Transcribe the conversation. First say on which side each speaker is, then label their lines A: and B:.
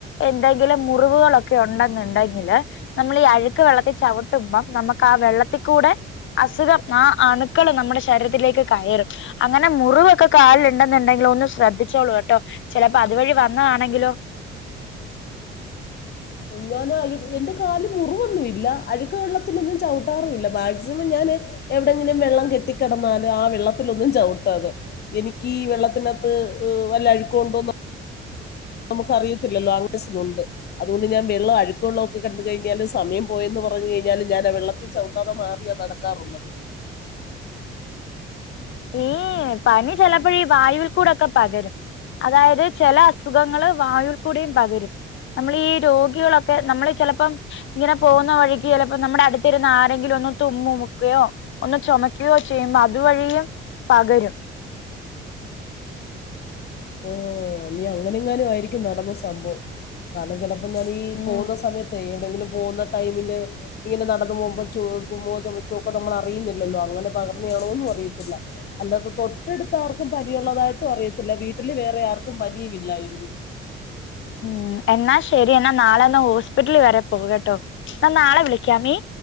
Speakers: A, on the left; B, on the left.
A: എന്തെങ്കിലും. മുറിവുകളൊക്കെ ഉണ്ടെന്നുണ്ടെങ്കില് നമ്മൾ ഈ അഴുക്ക് വെള്ളത്തിൽ ചവിട്ടുമ്പം നമുക്ക് ആ വെള്ളത്തിൽക്കൂടെ. അസുഖം ആ അണുക്കൾ നമ്മുടെ ശരീരത്തിലേക്ക് കയറും അങ്ങനെ മുറിവൊക്കെ. കാലുണ്ടെന്നുണ്ടെങ്കിലോ ഒന്ന് ശ്രദ്ധിച്ചോളൂ കേട്ടോ ചിലപ്പോ അതുവഴി വന്നതാണെങ്കിലോ?
B: ഞാൻ അഴു എന്റെ കാലിൽ മുറിവൊന്നും ഇില്ല അഴുക്ക ഉുള്ള ത്തിലൊന്നും ചവിട്ടാറില്ല മാക്സിമം ഞാൻ എവിടെയെങ്കിലും വെള്ളം കെട്ടിക്കിടന്നാല് ആ വെള്ളത്തിലൊന്നും ച അെ എനിക്ക് വെള്ളത്തിനകത്ത് വല്ല അഴുക്കുണ്ടോന്ന. നമുക്ക് അറിയത്തില്ലോ അംഗസ്സിലുണ്ട് അതുകൊണ്ട് ഞാൻ വെള്ളം അഴുക്കള്ളക്കെ കണ്ട കഴിഞ്ഞാല് സമയം പോയെന്ന് പറഞ്ഞു കഴിഞ്ഞാലും ഞൻ ആ വെള്ളത്തിൽ ചവിണ്ടാതെ മാറിയാ നടക്കാറുള്ളത്.
A: ഈ പനി ചിലപ്പോഴ ഈ വായുവിൽ കൂടെൊക്കെ പകരും. അതായത് ചില അസുഖങ്ങള് വായുൽ കൂടെയും പകരും. നമ്മൾ ഈ രോഗികളൊക്കെ നമ്മൾ ചിലപ്പോം ഇങ്ങനെ പോകുന്ന വഴിക്ക് ചിലപ്പോ നമ്മുടെ അടുത്തിരുന്ന ആരെങ്കിലും. ഒ തുമ്മക്കുകയോ ഒന്ന് ചുമക്കുകയോ ചെയ്യുമ്പോ അതുവഴിയും. പകരം.
B: ഓ നീ അങ്ങനെ എങ്ങാനും ആയിരിക്കും നടന്ന സംഭവം കാരണം ചില അപ്പൊ ഞാൻീ
A: ഉം
B: പോകുന്ന സമയത്ത്. ക്കിലുംപോുന്ന ടൈമില് ഇങ്ങനെ നടന്ന് പോകുമ്പ ചു തുമ്മോ ചുമക്കോ ഒക്കെ നമ്മൾ അറിയുന്നില്ലല്ലോ അൻങ്ങന അങ്ങനെയാണോന്നും അറിയത്തില്ല അല്ലാതെ തൊട്ടടുത്ത ആർക്കും പനി ഉള്ളതായിട്ടും അറിയത്തില്ല വീ വീട്ടില് വേറെ ആർക്കും പനിയുമില്ലായിരുന്നു.
A: ഉം എന്നാ ശരി എന്നാ നാളെന്ന് ഹോസ്പിറ്റൽ വരെ പോകട്ടെ. നാളെ വിളിക്കാമീ.